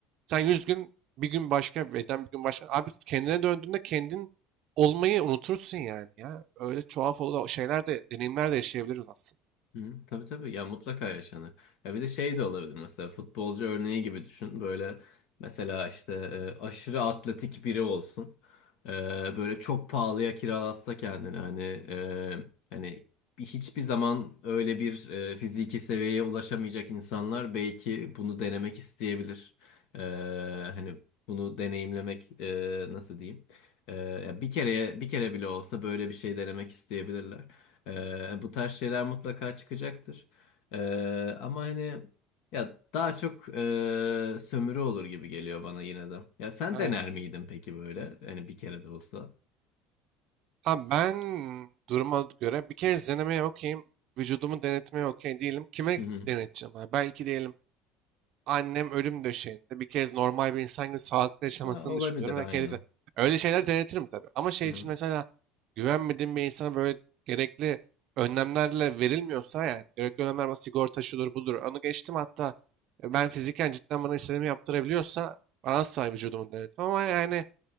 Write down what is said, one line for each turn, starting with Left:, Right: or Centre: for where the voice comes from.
Right: Sen 100 gün bir gün başka bir beden bir gün başka. Abi kendine döndüğünde kendin olmayı unutursun yani ya. Öyle tuhaf olan şeyler de deneyimler de yaşayabiliriz aslında.
Left: Hı, tabii tabii ya mutlaka yaşanır. Ya bir de şey de olabilir mesela futbolcu örneği gibi düşün. Böyle mesela işte e, aşırı atletik biri olsun. E, böyle çok pahalıya kiralatsa kendini hani e, hani bir- hiçbir zaman öyle bir e, fiziki seviyeye ulaşamayacak insanlar belki bunu denemek isteyebilir. E, hani bunu deneyimlemek e, nasıl diyeyim? E, ya bir kere bir kere bile olsa böyle bir şey denemek isteyebilirler. Ee, bu tarz şeyler mutlaka çıkacaktır. Ee, ama hani ya daha çok e, sömürü olur gibi geliyor bana yine de. Ya sen
Right: Aynen.
Left: dener miydin peki böyle? Hani bir kere de olsa.
Right: Abi ben duruma göre bir kez denemeye okeyim. Vücudumu denetmeye okey değilim. Kime
Left: Hı hı.
Right: deneteceğim? Ha? Belki diyelim annem ölüm döşeğinde bir kez normal bir insan gibi sağlıklı yaşamasını
Left: Ha, olabilir
Right: düşünüyorum ve
Left: aynen.
Right: kendisi. Öyle şeyler denetirim tabii. Ama şey
Left: Hı
Right: için
Left: hı.
Right: mesela güvenmediğim bir insana böyle gerekli önlemlerle verilmiyorsa yani gerekli önlemler ama sigorta şudur budur. Onu geçtim hatta e, ben fiziken cidden bana istediğimi yaptırabiliyorsa bana asla vücudumu denetim ama yani